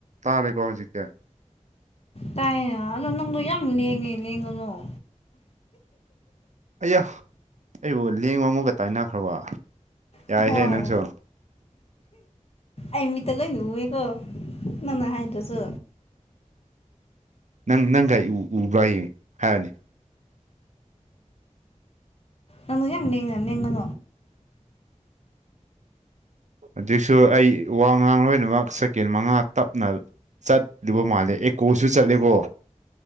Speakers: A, on the right (about 65°); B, on the left (about 50°).
A: ꯇꯥꯔꯦꯀꯣ ꯍꯧꯖꯤꯛꯇ‌ꯤ
B: ꯇꯥꯏꯅ ꯑꯗꯣ ꯅꯪꯗꯣ ꯌꯥꯝ ꯂꯦꯡꯉꯦ ꯂꯦꯡꯉꯅ‌ꯣ
A: ꯑꯌꯥ ꯑꯩꯕꯨ ꯂꯦꯡꯕ ꯑꯃꯨꯒ ꯇꯥꯏꯅꯈ꯭ꯔꯕ ꯌꯥꯏꯍꯦ
B: ꯍꯣꯏ
A: ꯅꯪꯁꯨ
B: ꯑꯩꯃꯤꯠꯇ ꯂꯣꯏ ꯎꯋꯦꯀꯣ ꯅꯅ ꯍꯥꯏꯗꯔꯥꯁꯨ
A: ꯅꯪ ꯅꯪꯒꯥꯏ ꯎꯕꯏꯌꯦ ꯍꯥꯏꯔꯅꯤ
B: ꯑꯪꯅꯤ ꯌꯦꯉꯣ
A: ꯑꯗꯨꯛꯁꯨ ꯑꯩ ꯋꯥ ꯉꯥꯡ ꯂꯣꯏꯅꯃꯛ ꯁꯦꯀꯦꯟ ꯃꯉꯥ ꯇꯞꯅ ꯆꯠꯂꯤꯕ ꯃꯥꯜꯂꯦ ꯑꯦꯀꯣꯁꯨ ꯆꯠꯂꯦꯀꯣ